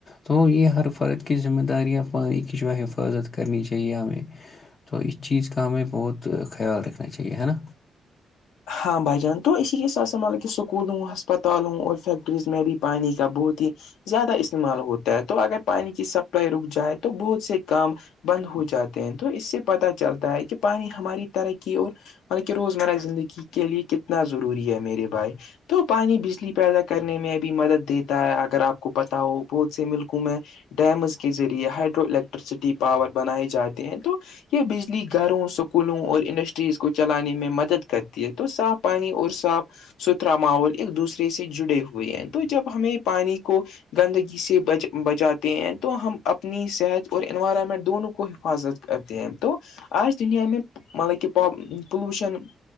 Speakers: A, on the left; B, on the left.
A: تو یہ ہر فرد کی ذمہ دار ں پانی کی جو ہے حفاظت کرنی چاہیے ہمیں تو اس چیز کا ہمیں بہت خیال رکھنا چاہیے ہے نا
B: ہاں بھائی جان تو اسی کے ساتھ س مال کہ اسکولوں ہسپتالوں اور فیکٹریز میں بھی پانی کا بہت ہی زیادہ استعمال ہوتا ہے تو اگر پانی کی سپلائی رک جائے تو بہت سے کام بند ہو جاتے ہیں تو اس سے پت چلتا ہے کہ پانی ہماری ترقی اور مطلب کہ روزمرہ زندگی کے لیے کتنا ضروری ہے میرے بھائی تو پانی بجلی پیدا کرنے میں بھی مدد دیتا ہے اگر آپ کو پتا ہو بہت سے ملکوں میں ڈیمز کے ذریعے ہائڈرو الیکٹریسٹی پاور بنائے جاتے ہیں تو یہ بجلی گھروں اسکولوں اور انڈسٹریز کو چلانے میں مدد کرتی ہے تو صاف پانی اور صاف ستھرا ماحول ایک دوسرے سے جڑے ہوئے ہیں تو جب ہمیں پانی کو گندگی سے بچاتے ہیں تو ہم اپنی صحت اور انوائرمنٹ دونوں کو حفاظت کر د ہیں تو آج دنیا میں مطلب کہ پلوشن